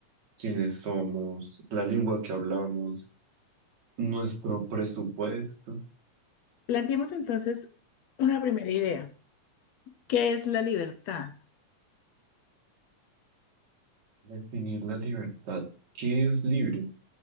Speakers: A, on the right (about 65°); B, on the left (about 70°).
A: quiénes somos, la lengua que hablamos, nuestro presupuesto.
B: Planteemos entonces una primera idea. ¿Qué es la libertad?
A: Definir la libertad. ¿Qué es libre?